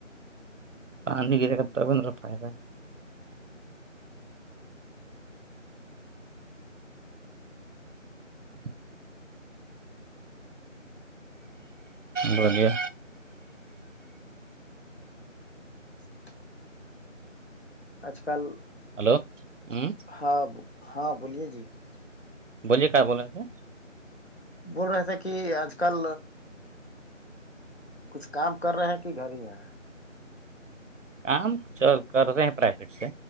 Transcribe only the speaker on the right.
آانیےا تب بند ر پائے گا <unintelligible> بلیے
ہلو ہوں
بولیے کیا بول رہے تھے
کام کر رہے ہیں پرائیویٹ سے